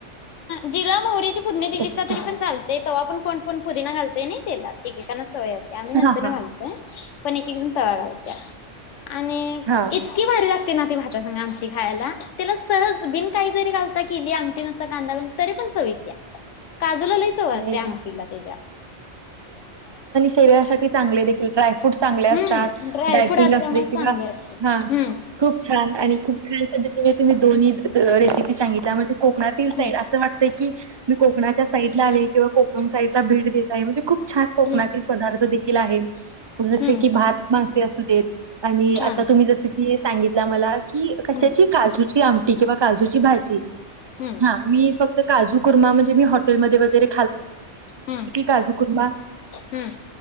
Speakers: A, on the left; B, on the right.
A: जीरा म्हावरी फुडणी दिलीसा
B: ओके
A: तरी पण चालतंय तवा पण पुदिना घालतंय ना तेलात होय असते आम्ही नंतर
B: हा
A: न
B: हा
A: घालतोय तळा घालती आणि
B: हा
A: इतकी भारी लागते ना ती भ त्याच्या संग आमटी खायाला त्याला सहज बिन काही जरी घालता केली आमटी नुसता कांदा ब तरी पण चवित्या काजूला लय चव
B: नाही
A: असते
B: ग
A: अमठीला त्याज्या
B: यासाठी चांगले देखील ट्राय फूड चांगले असतात
A: हम्म ड्रायफ्रूट
B: डायटिंग
A: असल्यामुळे
B: असुदे किंवा
A: चांगले असते
B: हा
A: हम्म
B: खूप छान आणि खूप छान पद्धतीने तुम्ही दोनही रेसिपी सांगित म्हणजे कोकणातील
A: हम्म
B: साईड असं वाटतं की मी कोकणाच्या साईड लाले किंवा कोकण साईइडला भेट देत आहे म्हणजे खूप छान कोकणातील
A: हम्म
B: पदार्थ आहे जसे
A: हम्म
B: की भात माणसे असू देत आणि
A: हा
B: आता तुम्ही जसे सांगितला मला कि कशाची
A: हम्म
B: काजूची आमटी किंवा काजूची भाजी
A: हम्म
B: हा मी फक्त काजू कुर्मा म्हणजे हॉटेल क घरी
A: हम्म
B: काुणे
A: हम्म